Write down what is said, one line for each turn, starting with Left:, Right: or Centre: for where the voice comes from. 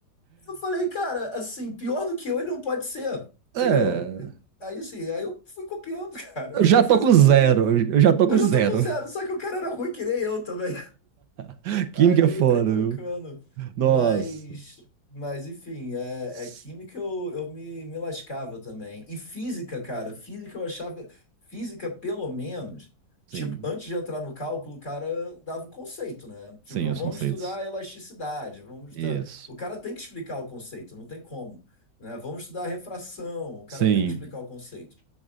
Left: Eu falei, cara, assim, pior do que eu, ele não pode ser, entendeu?
Right: É.
Left: Aí, assim, aí eu fui copiando, <laughs> cara.
Right: Eu
Left: Eu confesso
Right: já tô com
Left: que eu
Right: zero.
Left: copiei.
Right: Eu já tô com
Left: Eu
Right: zero.
Left: já tô com zero, só que o cara era ruim que nem eu também.
Right: <laughs> Química
Left: Aí
Right: é foda,
Left: entrei pelo
Right: viu?
Left: cano. Mas,
Right: Nossa.
Left: mas enfim, é,
Right: Sim,
Left: é química eu, eu me, me lascava também. E física, cara, física eu achava. Física, pelo menos,
Right: sim.
Left: tipo, antes de entrar no cálculo, o cara dava o conceito, né? Tipo,
Right: Sim,
Left: vamos
Right: os conceitos.
Left: estudar elasticidade, vamos. estudar-
Right: Isso.
Left: O cara tem que explicar o conceito, não tem como. Né? Vamos estudar refração, o cara
Right: Sim.
Left: tem que explicar o conceito.